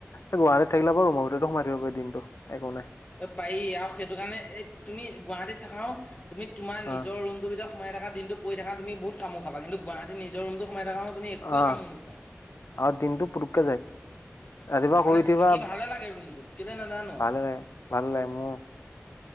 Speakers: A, on the left (about 70°); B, on the left (about 30°).
A: এ গুৱাহাটীত থাকিলা বাৰু ৰুমৰ ভিতৰতে সোমাই থাকিব পাৰি দিনটো, একো নাই।
B: ত পাৰি আৰু সেইটো কাৰণে এই তুমি গুৱাহাটীত থাকাও তুমি তোমাৰ নিজৰ
A: অ
B: ৰুম টো ভিতৰত সোমাই থাকা, দিনটো পৰি থাকা তুমি বহুত কামোৰ খাবা, কিন্তুু গুৱাহাটী নিজৰ ৰুমটো সোমাই থাকা তুমি একোৱে
A: অ
B: কামোৰ নোখোৱা।
A: আৰু দিনটো পুটককে যায়। ৰাতিপুৱা শুই
B: মানে
A: উঠিবা
B: থাকি ভালে লাগে ৰুমটোত, কেলৈ নাজানো
A: ভালে
B: আও।
A: লাগে ভাল লাগে মোৰো।